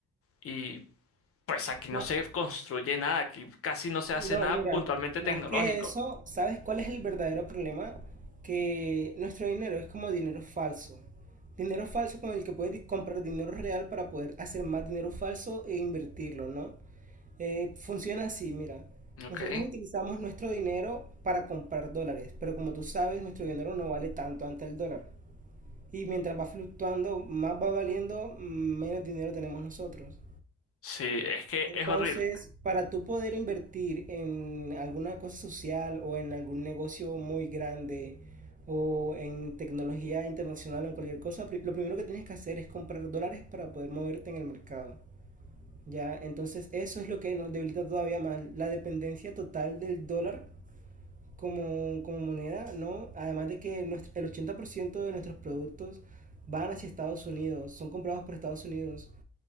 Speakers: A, on the left; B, on the right.
A: y pues aquí no
B: Ma-
A: se construye nada, aquí casi no se hace
B: No,
A: nada
B: mira,
A: puntualmente
B: más
A: tecnológico.
B: que eso, ¿sabes cuál es el verdadero problema? Que nuestro dinero es como dinero falso. Dinero falso con el que puedes di- comprar dinero real para poder hacer más dinero falso e invertirlo, ¿no? Eh, funciona así, mira.
A: Ok.
B: Nosotros utilizamos nuestro dinero para comprar dólares, pero como tú sabes, nuestro dinero no vale tanto ante el dólar. Y mientras va fluctuando, más va valiendo, menos dinero tenemos nosotros.
A: Sí, es que
B: Entonces,
A: es horrible.
B: para tú poder invertir en alguna cosa social o en algún negocio muy grande o en tecnología internacional o en cualquier cosa, pri- lo primero que tienes que hacer es comprar dólares para poder moverte en el mercado. Ya, entonces eso es lo que nos debilita todavía más, la dependencia total del dólar como, como moneda, ¿no? Además de que nuestro- el 80% de nuestros productos van hacia Estados Unidos, son comprados por Estados Unidos.